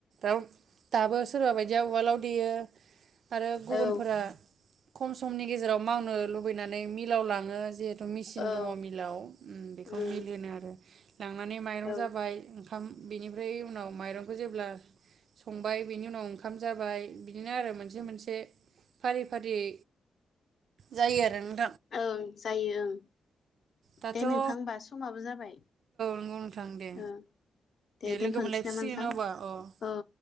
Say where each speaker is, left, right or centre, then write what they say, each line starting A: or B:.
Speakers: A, on the right; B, on the left.
A: औ दाबो सोरआबायदि उवालाव देयो आरो गुबुनफोरा
B: ओं औ
A: खम समनि गेजेराव मावनो लुबैनानै मिलाव लाङो जिहेथु मेसिन
B: औ
A: दङ मिलाव उम बेखौ
B: उम
A: मिल होनो आरो लांनानै माइरं
B: औ
A: जाबाय ओंखाम बिनिफ्राय उनाव माइरंखौ जेब्ला संबाय बेनि उनाव ओंखाम जाबाय बिदिनो आरो मोनसे मोनसे फारि फारियै जायो आरो नों
B: ओं जायो ओं
A: दाथ'
B: दे नोंथां
A: औ
B: होमबा समाबो जाबाय
A: नंगौ नोंथां दे
B: उम दे
A: लोगो
B: दोनथ'नोसै
A: मोनलायफिसिगोन
B: नामा नोंथां
A: अब्ला अ
B: औ